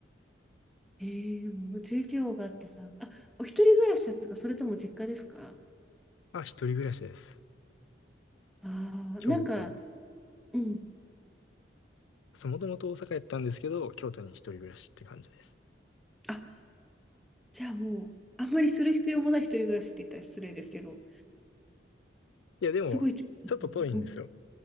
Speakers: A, in the centre; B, on the left.
A: えー、もう授業があってさ、あ、お一人暮らしですか、それとも実家ですか
B: あ、一人暮らしです。
A: ああー、
B: 京都に。
A: なんか、うん。
B: そう、もともと大阪やったんですけど、京都に一人暮らしって感じです。
A: あじゃあもう、あんまりする必要もない一人暮らしって言ったら失礼ですけど、
B: いや、でも、
A: すごい近いですね、
B: ちょっと遠いんですよ。
A: うん。